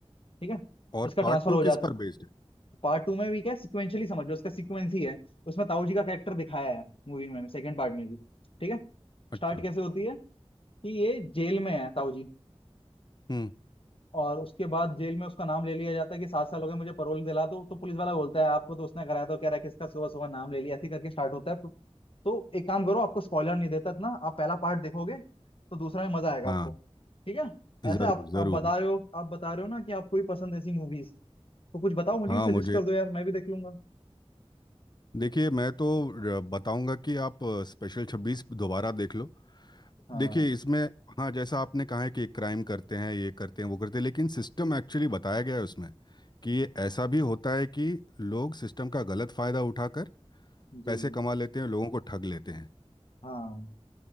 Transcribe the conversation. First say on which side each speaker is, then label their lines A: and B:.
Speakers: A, on the left (about 60°); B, on the left (about 40°).
A: ठीक है
B: और
A: इसका
B: पार्ट
A: ट्रांसफर
B: टू
A: हो
B: किस
A: जाता
B: पर
A: है
B: बेस्ड है
A: पार्ट टू में भी क्या है सिक्वेंशियली समझ लो उसका सीक्वेंस ही है उसमें ताऊ जी का कैरेक्टर दिखाया है मूवी में सेकंड पार्ट में भी ठीक है
B: अच्छा
A: स्टार्ट कैसे होती है कि ये जेल में है ताऊ जी
B: हम्म
A: और उसके बाद जेल में उसका नाम ले लिया जाता है कि सात साल हो गए मुझे परोल दिला दो तो पुलिस वाला बोलता है आपको तो उसने कराया तो कह रहा है कि इसका सुबह सुबह नाम ले लिया ऐसे ही करके स्टार्ट होता है तो एक काम करो आपको स्पॉइलर नहीं देता इतना आप पहला पार्ट देखोगे तो दूसरा में मजा आएगा
B: हाँ
A: आपको ठीक है ऐसे
B: जरूर
A: आप
B: जरूर
A: आप बता रहे हो आप बता रहे हो ना कि आपको भी पसंद है ऐसी मूवीज तो कुछ बताओ मुझे
B: हाँ
A: भी सजेस्ट
B: मुझे
A: कर दो यार मैं भी देख लूंगा
B: देखिए मैं तो र- बताऊंगा कि आप स्पेशल छब्बीस दोबारा देख लो
A: हाँ
B: देखिए इसमें हाँ जैसा आपने कहा है कि क्राइम करते हैं ये करते हैं वो करते हैं लेकिन सिस्टम एक्चुअली बताया गया है उसमें कि ये ऐसा भी होता है कि लोग सिस्टम का गलत फायदा उठाकर
A: जी
B: पैसे
A: जी
B: कमा लेते हैं लोगों को ठग लेते हैं
A: हाँ